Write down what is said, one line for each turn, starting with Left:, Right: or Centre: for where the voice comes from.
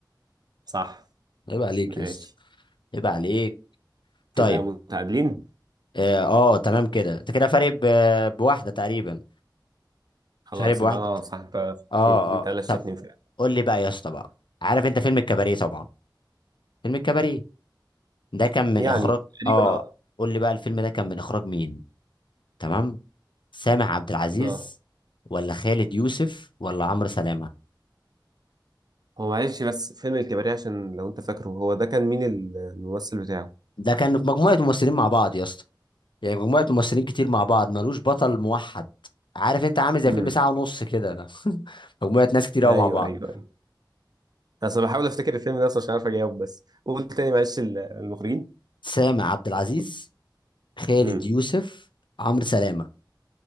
Right: صح
Left: عيب عليك
Right: ماشي
Left: يا اسطى عيب عليك طيب
Right: كده متعادلين
Left: اه آه، تمام كده انت كده فارق ب- بواحدة تقريبا
Right: خلاص
Left: شارب واحد
Right: يبقى انا صح انت غششتني.
Left: اه
Right: انت
Left: اه
Right: غششتني
Left: طب
Right: فعلا
Left: قول لي بقى يا اسطى بقى عارف انت فيلم الكباريه طبعا فيلم الكباريه ده كان من
Right: يعني
Left: اخراج
Right: تقريبا
Left: اه
Right: اه
Left: قول لي بقى الفيلم ده كان من اخراج مين تمام سامح عبد العزيز
Right: اه
Left: ولا خالد يوسف ولا عمرو سلامه
Right: هو معلش بس فيلم الكباريه عشان لو انت فاكره هو ده كان مين ال- الممثل بتاعه
Left: ده كان مجموعه ممثلين مع بعض يا اسطى يعني مجموعه ممثلين كتير مع بعض ملوش بطل موحد عارف انت عامل زي
Right: امم
Left: فيلم ساعه ونص كده ده <laughs> مجموعه ناس كتير قوي
Right: ايوه
Left: مع بعض
Right: ايوه ايوه اصل بحاول افتكر الفيلم ده اصلا عشان عارف اجاوب بس قول تاني معلش ال- المخرجين
Left: سامح عبد العزيز خالد
Right: امم
Left: يوسف عمرو سلامه